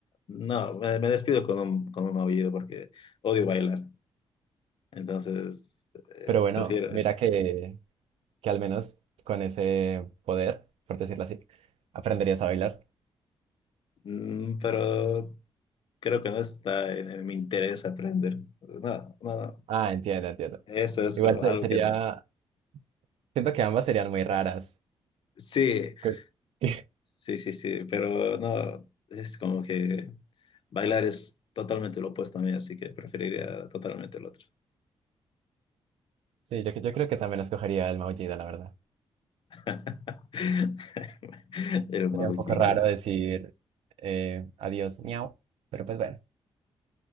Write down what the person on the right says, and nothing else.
Pero bueno,
mira que, que al menos con ese poder, por decirlo así, aprenderías a bailar.
Ah, entiendo, entiendo.
Igual
se-
sería,
siento que ambas serían muy raras.
Que- <laughs>
Sí, yo, yo creo que también escogería el maullido, la verdad.
Sería
un poco raro decir eh, adiós, miau, pero pues bueno.